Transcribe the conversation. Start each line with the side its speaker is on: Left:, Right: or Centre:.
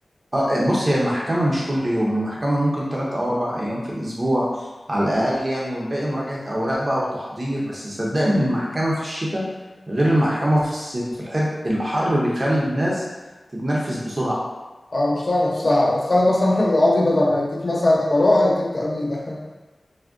Right: اه آه، بص هي المحكمة مش كل يوم المحكمة ممكن تلات أو أربع أيام في الأسبوع على الأقل يعني والباقي مراجعة أوراق بقى وتحضير بس صدقني المحكمة في الشتاء غير المحكمة في الصيف الحر الحر بيخلي الناس تتنرفز بسرعة
Left: أه مش طايقة نفسها وتخلي مثلا <laughs> القاضي بدل ما يديك مثلا براءة يديك تأبيدة